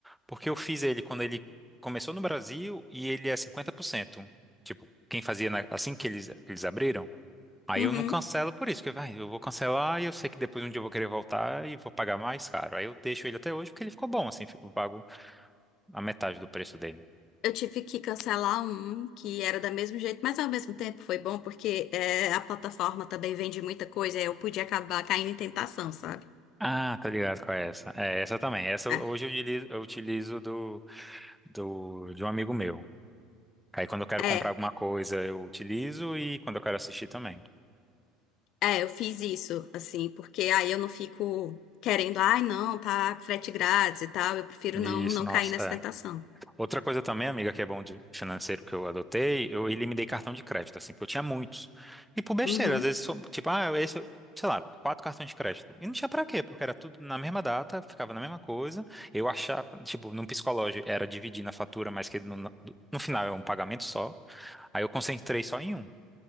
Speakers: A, in the centre; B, on the left.
A: porque eu fiz ele quando ele começou no Brasil e ele é 50%. Tipo, quem fazia na- assim que eles, que eles abriram. Aí
B: Uhum.
A: eu não cancelo por isso, porque vai, eu vou cancelar e eu sei que depois um dia eu vou querer voltar e vou pagar mais caro. Aí eu deixo ele até hoje porque ele ficou bom, assim, eu pago a metade do preço dele.
B: Eu tive que cancelar um que era do mesmo jeito, mas ao mesmo tempo foi bom porque é, a plataforma também vende muita coisa, aí eu podia acabar caindo em tentação, sabe?
A: Ah, tá ligado com essa. É, essa também. Essa
B: É.
A: hoje eu utilizo, eu utilizo do, do, de um amigo meu. Aí quando eu quero
B: é.
A: comprar alguma coisa, eu utilizo e quando eu quero assistir também.
B: É, eu fiz isso, assim, porque aí eu não fico querendo, ai, não, tá frete grátis e tal, eu prefiro não,
A: Isso,
B: não
A: nossa,
B: cair nessa
A: é.
B: tentação.
A: Outra coisa também, amiga, que é bom de financeiro que eu adotei, eu eliminei cartão de crédito, assim, porque eu tinha muitos. E por besteira,
B: Uhum,
A: às vezes, só- tipo, ah, esse, sei lá, quatro cartões de crédito. E não tinha pra quê, porque era tudo na mesma data, ficava na mesma coisa. Eu achava, tipo, num psicológico, era dividir na fatura, mas que no, no no final é um pagamento só. Aí eu concentrei só em um.